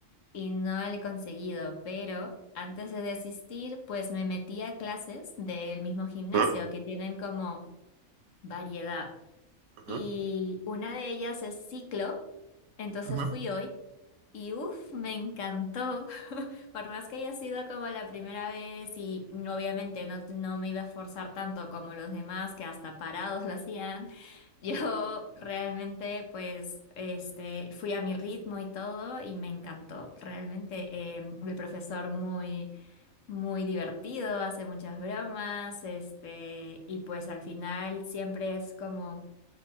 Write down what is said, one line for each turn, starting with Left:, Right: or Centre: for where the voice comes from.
Left: y no lo he conseguido, pero antes de desistir, pues me metí a clases del mismo gimnasio
Right: ¿Mm?
Left: que tienen como variedad.
Right: Ujú,
Left: Y una de ellas es ciclo, entonces
Right: ujú,
Left: fui hoy y uff, me encantó. <laughs> Por más que haya sido como la primera vez y mm, obviamente no, no me iba a esforzar tanto como los demás que hasta parados <laughs> lo hacían, yo realmente pues este, fui a mi ritmo y todo y me encantó realmente. eh, el profesor muy, muy divertido, hace muchas bromas este, y pues al final siempre es como...